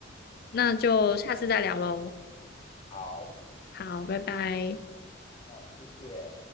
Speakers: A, on the left (about 50°); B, on the left (about 30°).
A: 那就下次再聊喽。
B: 好，
A: 好，拜拜。
B: 谢谢。